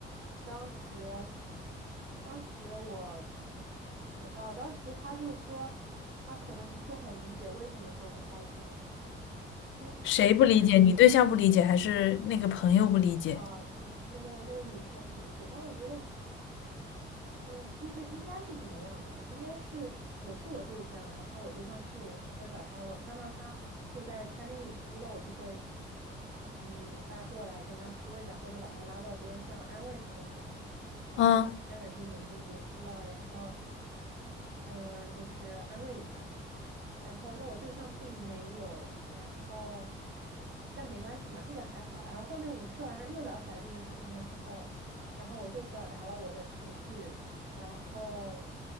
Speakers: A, on the right; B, on the left.
A: 当时，当时我，呃，哦当时他就说他可能不是很理解为什么说不开心。其实
B: 谁不理解？你对象不理解，还是那个朋友不理解？
A: 啊，呃嗯，那个那个女生不理解，但我觉得。嗯，其实应该是怎么样的？应该是我是我对象，然后我对象是我，我会把他，我看到他坐在餐厅里哭了，我就会，嗯，拉过来跟他说一下，或者把他拉到边上安慰他一下，然后让他先冷静冷静，
B: 嗯，
A: 别哭了，然后，嗯，就是安慰一下嘛。然后那我对象并没有，然后但没关系嘛，这个还好。然后后面我们吃完了又聊起来这件事情的时候。然后我就表达了我的情绪，然后，